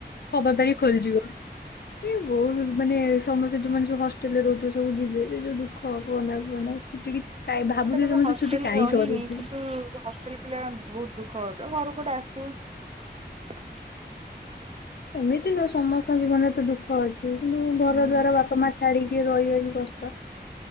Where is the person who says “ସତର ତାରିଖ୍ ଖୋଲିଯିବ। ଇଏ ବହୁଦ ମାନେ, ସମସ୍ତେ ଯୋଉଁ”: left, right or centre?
Left